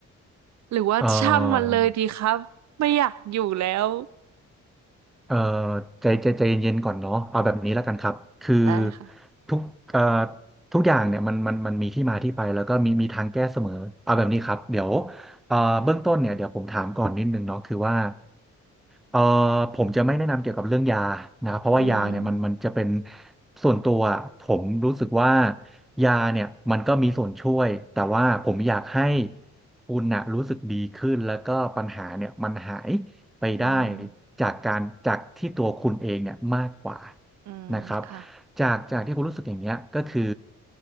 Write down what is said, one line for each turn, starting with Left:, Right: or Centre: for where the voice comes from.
Right: หรือว่าช่างมันเลยดีครับไม่อยากอยู่แล้ว
Centre: เอ่อ เอ่อใจใจใจเย็นๆก่อนเนาะเอาแบบนี้แล้วกันครับคือ
Right: ได้ค่ะ
Centre: ทุกเอ่อทุกอย่างเนี่ยมันมันมันมีที่มาที่ไปแล้วก็มีมีทางแก้เสมอเอาแบบนี้ครับเดี๋ยวเอ่อเบื้องต้นเนี่ยเดี๋ยวผมถามก่อนนิดนึงเนาะคือว่า เอ่อผมจะไม่แนะนำเกี่ยวกับเรื่องยานะครับเพราะว่ายาเนี่ยมันมันจะเป็น
Right: อืม
Centre: ส่วนตัวอะผมรู้สึกว่ายาเนี่ยมันก็มีส่วนช่วยแต่ว่าผมอยากให้คุณน่ะรู้สึกดีขึ้นแล้วก็ปัญหาเนี่ยมันหายไปได้
Right: อืม
Centre: จากการจากที่ตัวคุณเองเนี่ยมากกว่า
Right: อืมค่ะ
Centre: นะครับจากจากที่คุณรู้สึกอย่างเงี้ยก็คือ